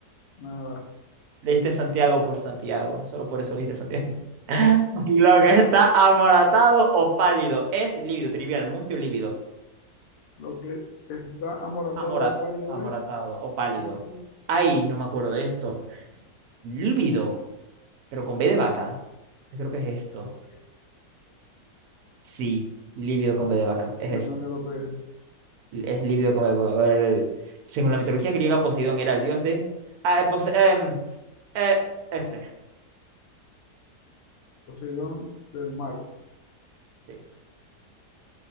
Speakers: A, on the left (about 70°); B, on the right (about 70°).
A: Nada.
B: leíste Santiago por Santiago, solo por eso leíste Santiago. <laughs> Lo que está amoratado o pálido es lívido, trivial, mustio, lívido.
A: Lo que está amoratado
B: Amora-
A: o pálido
B: amoratado
A: es.
B: o pálido.
A: Líquido.
B: Ay, no me acuerdo de esto. Lívido, pero con B de vaca. Yo creo que es esto.
A: Lo pegué.
B: Sí, lívido con B de vaca, es
A: Yo
B: eso.
A: también lo pegué.
B: Es lívido como el polvo. A el- Según la mitología griega, Poseidón era el dios de. Ah, eh, Pose- em, eh, este.
A: Poseidón del mar.
B: Sí.